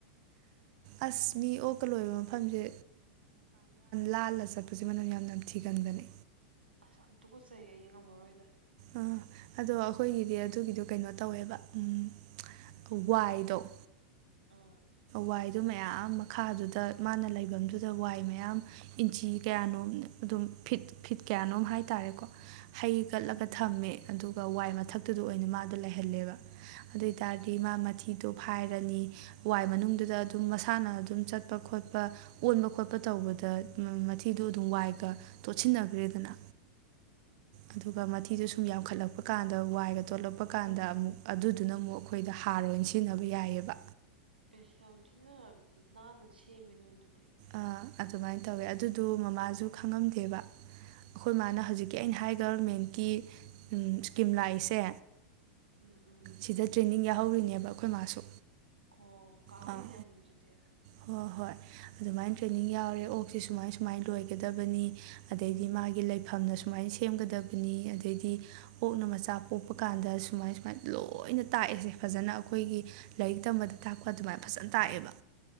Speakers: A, on the right; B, on the right.
A: ꯑꯁ ꯃꯤ ꯑꯣꯛꯀ ꯂꯣꯏꯕ ꯃꯐꯝꯁꯦ ꯂꯥꯜꯂ ꯆꯠꯄꯁꯦ ꯃꯅꯝ ꯌꯥꯝ ꯅꯊꯤꯒꯟꯕꯅꯦ
B: ꯑꯁꯥꯝꯇꯨꯀꯠꯆꯩ ꯑꯩꯉꯝꯃꯔꯣꯏꯗ
A: ꯑꯥ ꯑꯗꯣ ꯑꯩꯈꯣꯏꯒꯤꯗꯤ ꯑꯗꯨꯒꯤꯗꯣ ꯀꯩꯅꯣ ꯇꯧꯋꯦꯕ ꯎꯝ ꯐꯋꯥꯏꯗꯣꯛ
B: ꯎꯝ
A: ꯋꯥꯏꯗꯨ ꯃꯌꯥꯝ ꯃꯈꯥꯗꯨꯗ ꯃꯥꯅ ꯂꯩꯐꯝꯗꯨꯗ ꯋꯥꯏ ꯃꯌꯥꯝ ꯏꯟꯆꯤ ꯀꯌꯥꯅꯣꯝ ꯑꯗꯨꯝ ꯐꯤꯠ ꯐꯤꯠ ꯀꯌꯥꯅꯣꯝ ꯍꯥꯏꯇꯥꯔꯦꯀꯣ ꯍꯩ ꯀꯠꯂꯒ
B: ꯎꯝ
A: ꯑꯦ ꯑꯗꯨꯒ ꯋꯥꯏ ꯃꯊꯛꯇꯨꯗ ꯑꯣꯏꯅ ꯃꯥꯗꯣ ꯂꯩꯍꯜꯂꯦꯕ ꯑꯗꯨ ꯑꯣꯏ ꯇꯔꯗꯤ ꯃꯥ ꯃꯊꯤꯗꯣ ꯐꯥꯏꯔꯅꯤ ꯋꯥꯏ ꯃꯅꯨꯡꯗꯨꯗ ꯑꯗꯨꯝ ꯃꯁꯥꯅ ꯑꯗꯨꯝ ꯆꯠꯄ ꯈꯣꯠꯄ ꯑꯣꯟꯕ ꯈꯣꯠꯄ ꯇꯧꯕꯗ ꯃꯊꯤꯗꯣ ꯑꯗꯨꯝ ꯋꯥꯏꯒ ꯇꯣꯠꯁꯤꯟꯅꯈ꯭ꯔꯦꯗꯅ ꯑꯗꯨꯒ ꯃꯊꯤꯗꯨ ꯁꯨꯝ ꯌꯥꯝꯈꯠꯂꯛꯄ ꯀꯥꯟꯗ ꯋꯥꯏꯒ ꯇꯣꯠꯂꯛꯄ ꯀꯥꯟꯗ
B: ꯎꯝ
A: ꯑꯃꯨꯛ ꯑꯗꯨꯗꯨꯅ ꯑꯃꯨꯛ___ ꯑꯩꯈꯣꯏꯗ ꯍꯥꯔ ꯑꯣꯏꯅ ꯁꯤꯖꯤꯟꯅꯕ ꯌꯥꯏꯌꯦꯕ꯫
B: ꯑꯦꯁ ꯌꯥꯝ ꯊꯤꯅ ꯅꯥꯟꯅ ꯁꯦꯝꯃꯦ ꯅꯣꯏꯗꯨꯗꯤ꯫
A: ꯑꯥ ꯑꯗꯨꯃꯥꯏꯅ ꯇꯧꯋꯦ ꯑꯗꯨꯗꯨ ꯃꯃꯥꯁꯨ ꯈꯪꯉꯝꯗꯦꯕ꯫ ꯑꯩꯈꯣꯏ ꯃꯥꯅ ꯍꯧꯖꯤꯛꯀꯤ ꯑꯩꯅ ꯍꯥꯏ ꯒꯕꯔꯟꯃꯦꯟꯀꯤ ꯎꯝ ꯁ꯭ꯀꯤꯝ ꯂꯥꯛꯏꯁꯦ꯫
B: ꯎꯝ ꯎꯝ
A: ꯁꯤꯗ ꯇ꯭ꯔꯦꯅꯤꯡ ꯌꯥꯎꯍꯧꯔꯤꯅꯦꯕ ꯑꯩꯈꯣꯏ ꯃꯥꯁꯨ꯫
B: ꯑꯣ ꯀꯥꯅꯩꯅꯦ
A: ꯑꯥ
B: ꯌꯥꯝꯅꯑꯗꯨꯗꯤ꯫
A: ꯍꯣꯏ ꯍꯣꯏ ꯑꯗꯨꯃꯥꯏꯅ ꯇ꯭ꯔꯦꯅꯤꯡ ꯌꯥꯎꯔꯦ ꯑꯣꯛꯁꯦ ꯁꯨꯃꯥꯏ ꯁꯨꯃꯥꯏꯅ ꯂꯣꯏꯒꯗꯕꯅꯤ꯫ ꯑꯗꯩꯗꯤ ꯃꯥꯒꯤ ꯂꯩꯐꯝꯅ ꯁꯨꯃꯥꯏꯅ ꯁꯦꯝꯒꯗꯕꯅꯤ ꯑꯗꯩꯗꯤ__ ꯑꯣꯛꯅ ꯃꯆꯥ ꯄꯣꯛꯄ ꯀꯥꯟꯗ ꯁꯨꯃꯥꯏ ꯁꯨꯃꯥꯏꯅ ꯂꯣꯏꯅ ꯇꯥꯛꯑꯁꯦ ꯐꯖꯅ ꯑꯩꯈꯣꯏꯒꯤ__ ꯂꯥꯏꯔꯤꯛ ꯇꯝꯕꯗ ꯇꯥꯛꯄ ꯑꯗꯨꯃꯥꯏꯅ ꯐꯖꯅ ꯇꯥꯛꯑꯦꯕ꯫